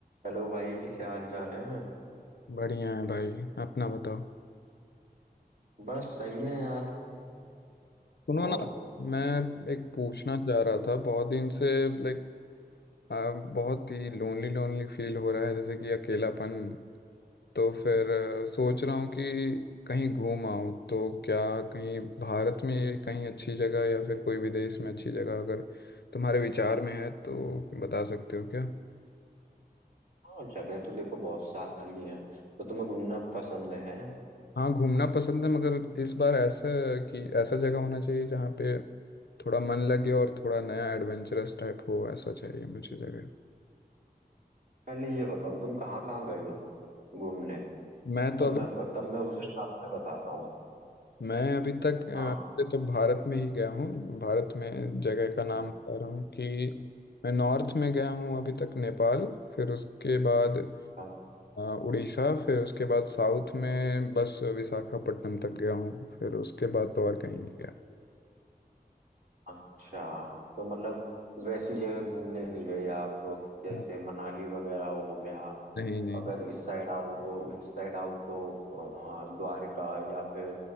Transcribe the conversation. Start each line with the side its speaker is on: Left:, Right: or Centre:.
Right: Hello भाई क्या हाल चाल है
Left: बढ़िया है भाई अपना बताओ
Right: बस सही है यार
Left: सुनो
Right: और
Left: ना मैं एक पूछना चाह रहा था बहुत दिन से लाइक बहुत ही लोनली लोनली फील हो रहा है जैसे कि अकेलापन तो फिर अ, सोच रहा हूँ कि कहीं घूम आऊँ तो क्या कहीं भारत में कहीं अच्छी जगह या फिर कोई विदेश में अच्छी जगह अगर तुम्हारे विचार में है तो बता सकते हो क्या
Right: हाँ जगह तो देखो बहुत सारी है तो तुम्हें घूमना पसंद है
Left: हाँ घूमना पसंद है मगर इस बार ऐसा है कि ऐसा जगह होना चाहिए जहाँ पे थोड़ा मन लगे और थोड़ा नया एडवेंचरस टाइप हो ऐसा चाहिए मुझे जगह
Right: पहले ये बताओ तुम कहाँ कहाँ गए हो घूमने
Left: मैं तो
Right: तब मैं
Left: अभी
Right: तब मैं उस हिसाब से बताता हूँ
Left: <laughs> मैं अभी तक अ,
Right: हाँ
Left: वैसे तो भारत में ही गया हूँ भारत में जगह का नाम
Right: हाँ,
Left: बता रहा हूँ कि मैं नॉर्थ में गया हूँ अभी तक नेपाल फिर उसके बाद
Right: हाँ,
Left: अ, उड़ीसा फिर उसके बाद साउथ में बस विशाखापट्टनम तक गया हूँ फिर उसके बाद तो और कहीं नहीं गया
Right: अच्छा तो मतलब वैसी जगह घूमने नहीं गए आप जैसे
Left: हाँ,
Right: मनाली वगैरह हो गया
Left: नहीं नहीं
Right: अगर इस साइड आओ ओ, इस साइड आओ तो अ, द्वारका या फिर